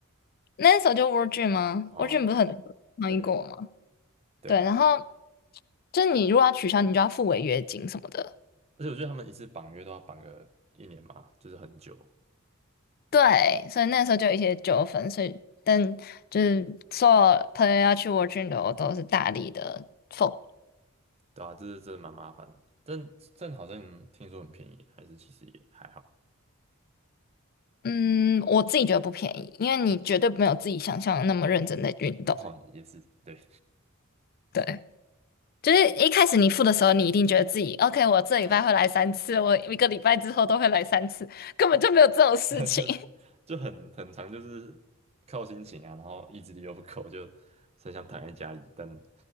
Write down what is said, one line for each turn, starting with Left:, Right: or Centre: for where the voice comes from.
Left: 那时候就 World d r e a 吗？World
Right: <laughs> 哦，
Left: d 不是很抗议过吗？
Right: 对对啊，
Left: 对，然后就你如果要取消，你就要付违约金什么的。
Right: 而且我觉得他们一次绑约都要绑个一年嘛，就是很久，
Left: 对，所以那时候就有一些纠纷，所以但就是所有朋友要去 World d 的，我都是大力的否。
Right: 对啊，这是真的蛮麻烦的。但但好像听说很便宜，还是其实也还好。
Left: 嗯，我自己觉得不便宜，因为你绝对没有自己想象的那么认真的运动。
Right: 哦，也是对，
Left: 对，就是一开始你付的时候，你一定觉得自己 OK，我这礼拜会来三次，我一个礼拜之后都会来三次，根本就没有这种事情。
Right: <laughs> 就很很长，就是靠心情啊，然后意志力又不够，就很想躺在家里，但 <laughs>